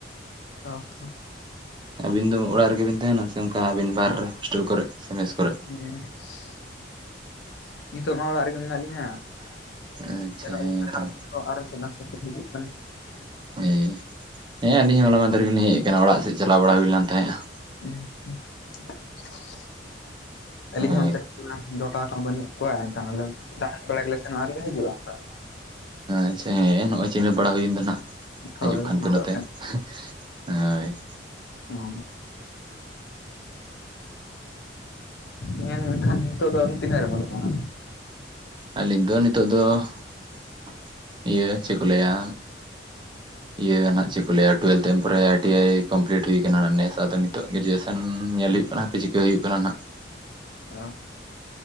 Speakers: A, on the left; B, on the right.
A: ᱚ ᱦᱚᱸ ᱾
B: ᱟᱹᱵᱤᱱ ᱫᱚ ᱚᱲᱟᱜ ᱨᱮᱜᱮ ᱵᱤᱱ ᱛᱟᱦᱮᱱᱟ ᱥᱮ ᱚᱱᱠᱟ ᱟᱹᱵᱤᱱ ᱵᱟᱨ ᱦᱳᱥᱴᱮᱞ ᱠᱚᱨᱮ ᱥᱮ ᱢᱮᱥ ᱠᱚᱨᱮᱜ?
A: ᱦᱮᱸ ᱾ <inaudible> ᱱᱤᱛᱚᱜ ᱢᱟ ᱚᱲᱟᱜ ᱨᱮᱜᱮ ᱢᱮᱱᱟᱜ ᱞᱤᱧᱟ <inaudible>
B: ᱟᱪᱪᱷᱟ
A: ᱥᱮᱱᱚᱜ ᱟᱹᱞᱤᱧ
B: ᱦᱮᱸ ᱛᱟᱦᱞᱮ
A: ᱦᱟᱸᱜ <unintelligible> ᱦᱤᱡᱩᱜ ᱠᱟᱱᱟ ᱾
B: ᱦᱮᱸ ᱦᱮᱸ ᱟᱹᱞᱤᱧ ᱦᱚᱸ ᱦᱚᱞᱟ ᱢᱟᱦᱫᱷᱮᱨ ᱨᱮ ᱜᱮᱞᱤᱧ ᱦᱮᱡ ᱟᱠᱟᱱᱟ ᱚᱲᱟᱜ ᱥᱮᱫ ᱪᱟᱞᱟᱣ ᱵᱟᱲᱟ ᱦᱩᱭ ᱞᱮᱱ ᱛᱟᱦᱮᱸᱜ-ᱟ ᱾
A: ᱟᱪᱪᱷᱟ ᱾ <inaudible> ᱟᱹᱞᱤᱧ ᱦᱚᱸ
B: ᱦᱳᱭ
A: ᱚᱱᱛᱮ ᱡᱚᱴᱟᱣ ᱠᱚ ᱵᱟᱹᱱᱩᱜ ᱠᱚᱣᱟ ᱮᱱᱠᱷᱟᱱ ᱟᱞᱮ ᱫᱟᱲᱟᱱ ᱵᱟᱲᱟ ᱜᱮᱞᱮ ᱥᱮᱱᱚᱜ-ᱟ ᱟᱨ ᱞᱮ ᱦᱤᱡᱩᱜ-ᱟ ᱚᱱᱠᱟ ᱾
B: ᱟᱪᱪᱷᱟ ᱦᱮᱸ ᱱᱚᱜ-ᱚᱭ ᱪᱤᱱᱦᱟᱹᱯ ᱵᱟᱲᱟ ᱦᱩᱭᱮᱱ ᱫᱚ ᱱᱟᱦᱟᱜ ᱾
A: ᱦᱳᱭ
B: ᱦᱤᱡᱩᱜ ᱠᱷᱟᱱ
A: ᱱᱤᱛᱚᱜ
B: ᱯᱮ ᱱᱚᱛᱮ <inaudible> ᱦᱳᱭ ᱾
A: ᱚ ᱾ <inaudible> ᱛᱮᱦᱮᱧ ᱮᱱᱠᱷᱟᱱ ᱱᱤᱛᱚᱜ ᱫᱚ ᱟᱢ ᱛᱤᱱᱟᱹᱜ ᱨᱮᱢ ᱚᱞᱚᱜ ᱠᱟᱱᱟ?
B: ᱟᱹᱞᱤᱧ ᱫᱚ ᱱᱤᱛᱚᱜ ᱫᱚ <inaudible> ᱤᱭᱟᱹ ᱪᱮᱫ ᱠᱚ ᱞᱟᱹᱭᱟ ᱤᱭᱟᱹ ᱱᱟᱦᱟᱜ ᱪᱮᱫ ᱠᱚ ᱞᱟᱹᱭᱟ ᱴᱩᱭᱮᱞ ᱛᱟᱭᱚᱢ ᱯᱚᱨᱮ ᱟᱭ ᱴᱤ ᱟᱭ ᱠᱚᱢᱯᱞᱤᱴ ᱦᱩᱭ ᱠᱟᱱᱟ ᱱᱮᱥ ᱟᱫᱚ ᱱᱤᱛᱚᱜ ᱜᱨᱮᱡᱩᱭᱮᱥᱚᱱ ᱧᱮᱞ ᱦᱩᱭᱩᱜ ᱠᱟᱱᱟ ᱦᱟᱯᱮ ᱪᱤᱠᱟᱹ ᱦᱩᱭᱩᱜ ᱠᱟᱱᱟ ᱱᱟᱜ ᱾
A: ᱚ ᱾